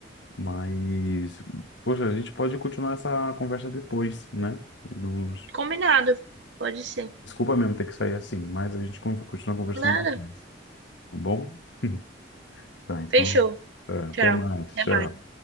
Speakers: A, on the left; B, on the right.
A: Mas. Poxa, a gente pode continuar essa conversa depois, né? Nos-
B: Combinado. Pode ser.
A: Desculpa mesmo ter que sair assim, mas a gente con- continua conversando
B: Nada.
A: depois, tá bom? <laughs> Tá, então.
B: Fechou.
A: tá, até
B: Tchau.
A: mais.
B: Até
A: Tchau.
B: mais.